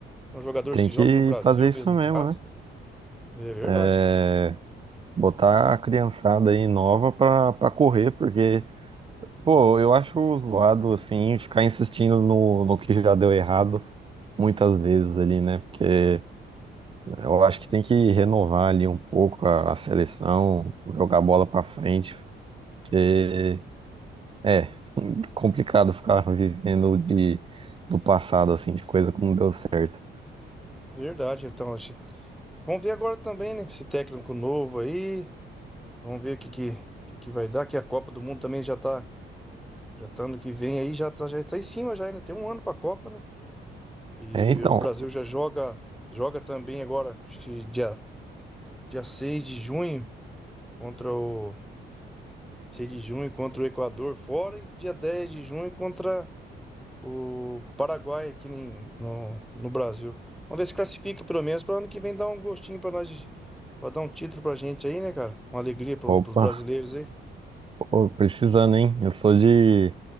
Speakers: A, in the centre; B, on the right.
A: São jogadores
B: tem
A: que
B: que
A: jogam no Brasil
B: fazer isso
A: mesmo
B: mesmo,
A: no caso.
B: né?
A: É verdade,
B: É, botar a criançada aí nova para para correr, porque pô, eu acho zoado assim ficar insistindo no, no que já deu errado muitas vezes ali, né? Porque Eu acho que tem que renovar ali um pouco a, a seleção, jogar bola pra frente, porque é <laughs> complicado ficar vivendo de, do passado, assim, de coisa que não deu certo.
A: verdade. Então, acho- vamos ver agora também, né? Esse técnico novo aí. Vamos ver o que, que, que, que vai dar, que a Copa do Mundo também já tá, já tá ano que vem aí, já tá, já tá em cima já, né? Tem um ano pra Copa, né? E
B: É, então,
A: o Brasil já joga, joga também agora, acho que dia, dia seis de junho contra o 6 de junho contra o Equador fora e dia 10 de junho contra o Paraguai aqui em- no, no Brasil. Vamos ver se classifica pelo menos para ano que vem dar um gostinho pra nós, de- pra dar um título pra gente aí, né, cara? Uma alegria pro,
B: opa,
A: pros brasileiros aí.
B: ô, precisando, hein? Eu sou de,